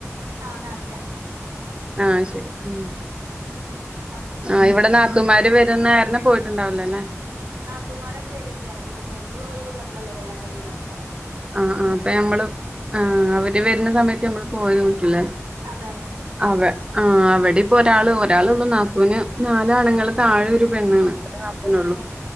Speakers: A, on the right; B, on the right.
A: അ നാലര
B: ആ ശരി മം
A: അപ്പൊ പിന്നെ
B: ആ ഇവിടെ നാത്തുമാര്
A: എന്താ
B: വരുന്ന കാരണം പോയിട്ടുണ്ടാവുല്ലാല്ലേ
A: നാത്തുമാരൊക്കെ വരുണ്ടേന്ന് പറഞ്ഞ് അപ്പൊ പിന്നെ ഓല്ക്ക് ഒഴിവുള്ളപ്പഴല്ലെ വരാൻ കഴിയൊള്ളൂ നമ്മക്
B: ആ ആ അപ്പൊ ഞമ്മള് ആ അവര് വരുണ സമയത്ത് ഞമ്മള് പോയാനും പറ്റുല്ലലെ
A: അതാണ്
B: അതെ ആ അവിടെ ഇപ്പോ ഒരാള് ഒരാളെയുള്ളൂ നാത്തൂന് നാല് ആണുങ്ങള് താഴെ ഒരു പെണ്ണാണ് ഒരു നാത്തൂനുള്ളുമ്
A: ഏഹ്